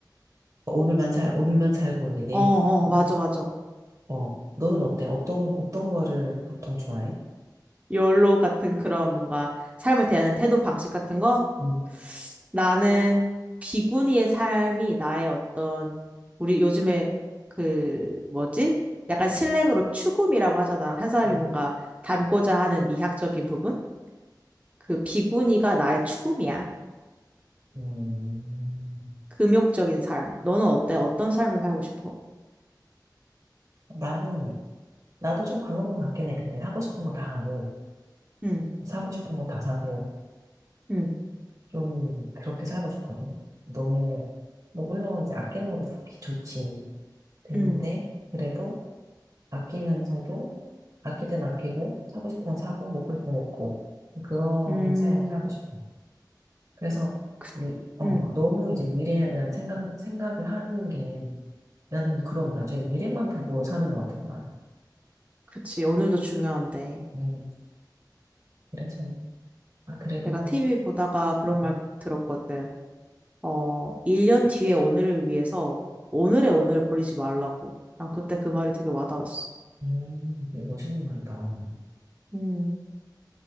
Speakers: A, on the right; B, on the right.
A: 오늘만 살, 오늘만 살고, 이게 내일,
B: 어, 어,
A: 음.
B: 맞아, 맞아.
A: 어, 너는 어때? 어떤, 어떤 거를 보통 좋아해?
B: 욜로 같은 그런 뭔가 삶을 대하는 태도 방식 같은 거?
A: 음.
B: 나는 비구니의 삶이 나의 어떤 우리 요즘에 그 뭐지? 약간 슬랭으로 추구미라고 하잖아. 한 사람이
A: 음.
B: 뭔가 닮고자 하는 미학적인 부분? 그 비구니가 나의 추구미야.
A: 음.
B: 금욕적인 삶. 너는 어때? 어떤 삶을 살고 싶어?
A: 나는, 나도 좀 그런 것 같긴 해. 근데 하고 싶은 거 다 하고,
B: 응,
A: 사고 싶은 거 다 사고,
B: 응,
A: 좀 그렇게 살고 싶거든. 너무, 뭐, 물론 이제 아끼는 것도 좋기, 좋지. 됐는데,
B: 응,
A: 그래도 아끼면서도, 아낄 땐 아끼고, 사고 싶은 건 사고, 먹고 싶은 건 먹고, 그런
B: 음,
A: 삶을 살고 싶어. 그래서,
B: 그,
A: 미, 어,
B: 응,
A: 너무 이제 미래에 대한 생각, 생각을 하는 게, 나는 그럼 나중에 미래만 보고 사는 것 같은 거야.
B: 그치. 오늘도 중요한데.
A: 음, 그래서, 아, 그래도,
B: 내가 TV 보다가 그런
A: 음,
B: 말 들었거든. 어, 1년 뒤에 오늘을 위해서 오늘의 오늘을 버리지 말라고. 난 그때 그 말이 되게 와닿았어.
A: 음, 되게 멋있는 말이다. 음,
B: 음.